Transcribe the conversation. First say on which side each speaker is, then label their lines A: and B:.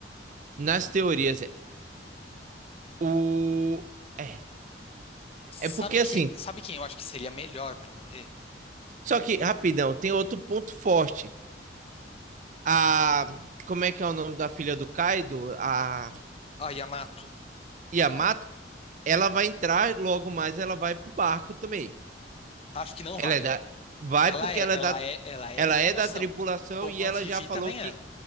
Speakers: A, on the right; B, on the left.
A: nas teorias, é- o. É,
B: Sabe
A: é porque assim,
B: quem, sabe quem eu acho que seria melhor pra morrer?
A: só que, rapidão, tem outro ponto forte. A. Como é que é o nome da filha do Kaido? A
B: A Yamato.
A: Yamato, ela vai entrar logo mais, ela vai pro barco também.
B: Acho que não
A: Ela
B: vai.
A: é da. Vai
B: Ela
A: porque
B: é,
A: ela
B: ela
A: é da
B: é, ela é
A: Ela
B: da tripulação,
A: é da tripulação
B: como
A: e ela
B: a Vivi
A: já falou
B: também
A: que.
B: é.